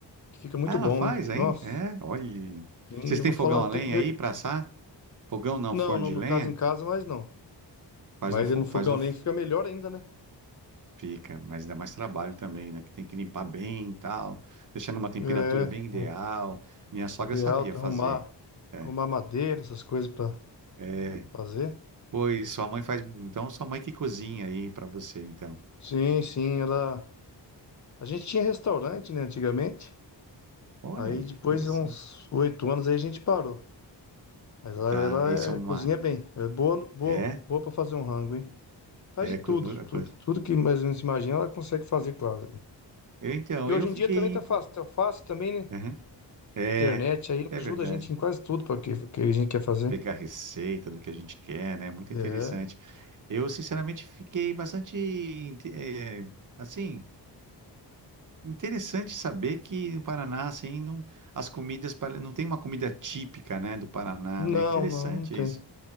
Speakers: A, on the left (about 40°); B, on the right (about 45°).
A: que fica muito
B: Ah, ela
A: bom,
B: faz
A: hein?
B: ainda?
A: Nossa.
B: É, olha.
A: Sim,
B: Vocês
A: eu
B: têm
A: vou
B: fogão
A: falar,
B: a
A: tem
B: lenha
A: que ver.
B: aí pra assar? Fogão não,
A: Não,
B: forno
A: não,
B: de
A: no
B: lenha?
A: caso em casa, mas não.
B: Faz
A: Mas
B: no, fo-
A: no fogão
B: faz no,
A: a lenha
B: f-
A: fica melhor ainda, né?
B: fica, mas dá mais trabalho também, né? Que tem que limpar bem e tal, deixar numa temperatura
A: É,
B: bem ideal.
A: o
B: Minha sogra
A: ideal
B: sabia
A: é
B: fazer.
A: arrumar,
B: É.
A: arrumar madeira, essas coisas pra
B: é.
A: fazer.
B: Pois sua mãe faz. Então, sua mãe que cozinha aí pra você, então.
A: Sim, sim, ela. A gente tinha restaurante, né, antigamente.
B: Olha,
A: Aí
B: interessante.
A: depois de uns oito anos aí a gente parou. Mas ela,
B: Tá,
A: ela
B: esse é uma.
A: é- cozinha bem. É boa, no- boa,
B: É?
A: boa para fazer um rango, hein? Faz
B: É.
A: de tudo,
B: co- co-
A: tudo, tudo que mais ou menos se imagina, ela consegue fazer quase. né?
B: Eu, então,
A: E
B: eu
A: hoje
B: fiquei.
A: em dia também tá
B: imp-
A: fácil, tá fácil também, né?
B: Aham. É,
A: Internet aí
B: é
A: ajuda
B: verdade.
A: a gente em quase tudo para que, que a gente quer fazer.
B: Pegar receita do que a gente quer, né? Muito
A: É.
B: interessante. Eu, sinceramente, fiquei bastante. inte- eh, assim, interessante saber que no Paraná, assim, não, as comidas. pare- Não tem uma comida típica, né, do Paraná,
A: Não,
B: né? Interessante
A: não, não tem.
B: isso.